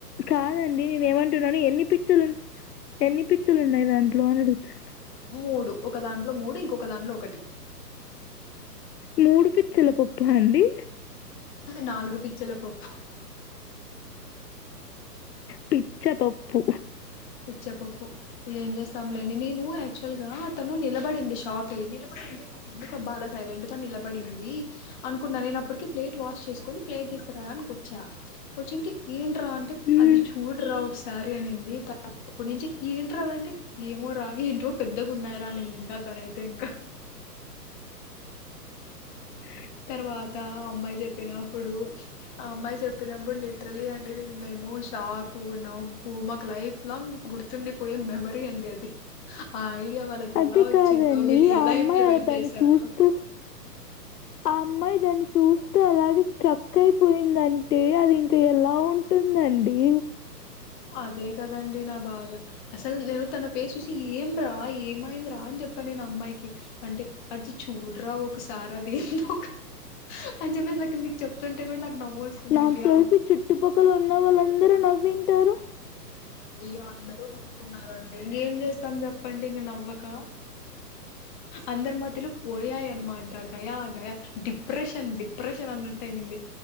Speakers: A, on the left (about 70°); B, on the left (about 30°).
A: కాదండి నేను ఏమంటున్నాను ఎన్ని పిచ్చలు ఎన్ని పిచ్చ పుచ్చులున్నాయి దాంట్లో అని అడుగుతున్నా
B: మూడు ఒక దాంట్లో మూడు ఇంకొక దాంట్లో ఒకటి
A: మూడు పిచ్చల పప్పా అండి
B: నాలుగు పిచ్చల పప్పు
A: పిచ్చ పప్పు
B: పిచ్చపప్పు ఇగ ఏం జేస్తాంలేండి నేను యాక్చువల్ గా తను నిలబడింది షాక్ అయ్యి నిలబడింది ఎందుకబ్బా అలా సైలెంట్ గా నిలబడింది అనుకున్నా నేనప్పటికి ప్లేట్ వాష్ చేసుకుని ప్లేట్ తీసుకురా వచ్చా వచ్చింటే ఏంట్రా అంటే
A: హ్మ్.
B: అది చూడరా ఒకసారి అనింది అప్పటి నుంచి ఏంటి రా అదంటే ఏమో రా ఏంటో పెద్దగా ఉన్నాయిరా అనింది ఇంకా తనైతే ఇంకా
A: హే
B: తర్వాత అమ్మాయి జెప్పినప్పుడు అమ్మాయి చెప్పినప్పుడు లిట్రలీ అంటే మేము షాక్ నవ్వు మాకు లైఫ్ లాంగ్ గుర్తుండి పోయే మెమరీ అండి అది ఆ ఐడియా వాళ్ళకి
A: అది
B: ఎలా వచ్చిందో
A: కాదండి
B: వీళ్ళు
A: ఆ
B: ఎలా
A: అమ్మాయి
B: ఇంప్లిమెంట్
A: అలా దాన్ని
B: చేశారో
A: చూస్తూ ఆ అమ్మాయి దాన్ని చూస్తూ అలాగే స్ట్రక్ అయిపోయిందంటే అది ఇంకా ఎలా ఉంటుందండి
B: అదే గదండి నా బాధ అసలు నేను తన ఫేస్ చూసి ఏం రా ఏమయింద్రా అని చెప్ప నేను అమ్మాయికి అంటే అది చూడర్రా ఒకసారి అది ఏందో ఒక అని చెప్పేసి నాక్ మీకు చెప్తుంటే కూడా నాకు నవ్వు వస్తుందండి
A: నాకు తెలిసి
B: ఆ
A: చుట్టుపక్కల ఉన్న వాళ్ళందరూ నవ్వింటారు
B: అయ్యో అందరూ నవ్వుకున్నారండి ఇంకేం చేస్తాం చెప్పండి ఇంక నవ్వక అందరు మధ్ మద్యలో పోయాయి అనమాట గయా గయా డిప్రెషన్ డిప్రెషన్ అన్నట్టు అయ్యింది.